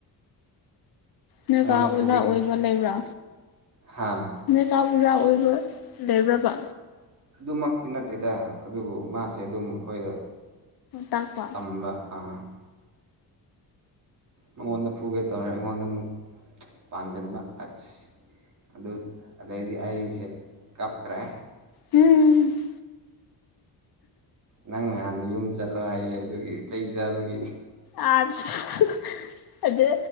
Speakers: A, on the left (about 60°); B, on the right (about 45°).
A: ꯅꯣꯏꯀꯥ
B: ꯃꯉꯣꯟꯗ
A: ꯑꯣꯖꯥ
B: ꯐꯨꯒꯦ
A: ꯑꯣꯏꯕ ꯂꯩꯕ꯭ꯔꯥ
B: ꯍꯥ
A: ꯅꯣꯏꯀꯥ ꯑꯣꯖꯥ ꯑꯣꯏꯕ ꯂꯩꯕ꯭ꯔꯥꯕ
B: ꯑꯗꯨꯃꯛꯇꯤ ꯅꯠꯇꯦꯗ ꯑꯗꯨꯕꯨ ꯃꯥꯁꯦ ꯑꯗꯨꯝ ꯑꯈꯣꯏꯗ
A: ꯇꯥꯛꯄ
B: ꯇꯥꯝꯕ ꯑꯥ ꯃꯉꯣꯟꯗ ꯐꯨꯒꯦ ꯇꯧꯔ ꯑꯩꯉꯣꯟꯗ ꯑꯃꯨꯛ ꯄꯥꯟꯖꯥꯟꯕ ꯑꯠꯁ ꯑꯗꯨ ꯑꯗꯩꯗꯤ ꯑꯩꯁꯦ ꯀꯥꯞꯈ꯭ꯔꯦ
A: ꯎꯝ
B: ꯅꯪ ꯍꯥꯟꯅ ꯌꯨꯝ ꯆꯠꯂꯣ ꯍꯥꯏꯌꯦ ꯑꯗꯨꯒꯤ ꯆꯩ ꯆꯥꯕꯒꯤ
A: ꯑꯥꯠꯁ ꯑꯗꯨ